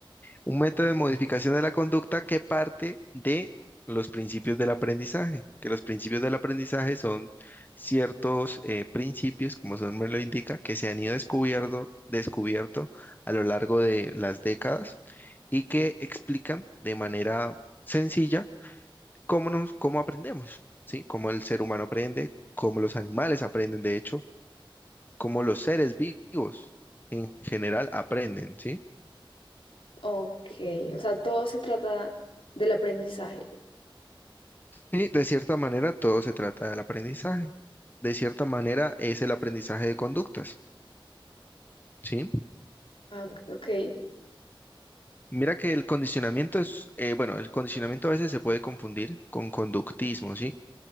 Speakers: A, on the left; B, on the left.
A: Un método de modificación de la conducta que parte de los principios del aprendizaje, que los principios del aprendizaje son ciertos eh, principios, como su nombre lo indica, que se han ido descubierto, descubierto a lo largo de las décadas y que explican de manera sencilla cómo nos, cómo aprendemos, ¿sí? Cómo el ser humano aprende, cómo los animales aprenden, de hecho como los seres vivos en general aprenden, ¿sí?
B: Ok, o sea, todo se trata del aprendizaje.
A: Y de cierta manera todo se trata del aprendizaje. De cierta manera es el aprendizaje de conductas, ¿sí?
B: Ah, Ok, ok,
A: Mira que el condicionamiento es, eh, bueno, el condicionamiento a veces se puede confundir con conductismo, ¿sí?